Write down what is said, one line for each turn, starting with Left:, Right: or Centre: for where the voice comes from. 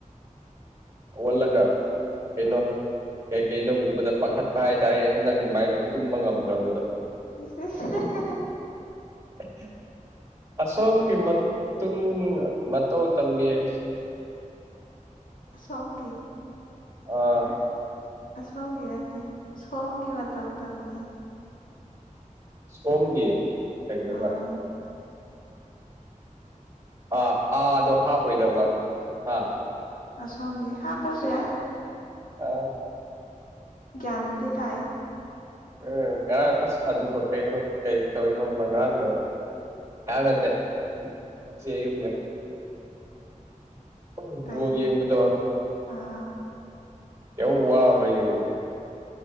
Right: ꯍꯧꯒꯠꯂꯒ ꯀꯩꯅꯣ ꯀꯩ ꯀꯩꯅꯣ ꯎꯕꯗ ꯄꯥꯈꯠꯄ ꯍꯥꯏꯇꯥꯔꯦ ꯑꯩꯁꯦ ꯅꯪ ꯑꯗꯨꯃꯥꯏꯅꯒ ꯇꯨꯝꯕ ꯉꯝꯗ꯭ꯔꯕꯗꯣ
Left: <inaudible> <unintelligible>
Right: <unintelligible> ꯑꯁꯣꯝꯒꯤ ꯃꯇꯨꯡ ꯃꯇꯧ ꯇꯝꯃꯤ ꯑꯩꯁꯨ
Left: ꯑꯁꯣꯝꯒꯤ
Right: ꯑꯥ
Left: ꯑꯁꯣꯝꯒꯤ ꯅꯠꯇꯦ ꯁꯣꯝꯒꯤ ꯃꯇꯧ ꯇꯝꯃꯤ
Right: ꯁꯣꯝꯒꯤ ꯀꯩꯅꯦꯕ
Left: ꯑꯥ
Right: ꯑꯥ ꯑꯥꯗꯣ ꯍꯥꯞꯄꯣꯏꯗꯕ ꯍꯥ
Left: ꯑꯁꯣꯝꯒꯦ ꯍꯥꯞꯄꯁꯨ ꯌꯥꯢ
Right: ꯑꯥ
Left: ꯒ꯭ꯌꯥꯟꯗꯤ ꯇꯥꯏ
Right: ꯎꯝ ꯉꯔꯥꯡ ꯑꯁ ꯑꯗꯨꯀꯣ ꯀꯩꯅꯣ ꯀꯩ ꯇꯧꯏ ꯈꯪꯕ꯭ꯔꯥ ꯉꯔꯥꯡꯗꯣ ꯉꯔꯥꯡ ꯅꯠꯇꯦ ꯉꯁꯤ ꯑꯌꯨꯛꯅꯦ ꯎꯝ
Left: ꯀꯩ
Right: ꯕꯣꯜ ꯌꯦꯡꯕꯗꯣ
Left: ꯑꯥ
Right: ꯌꯥꯝ ꯋꯥꯕ꯭ꯔꯥ ꯌꯦꯡꯕꯗ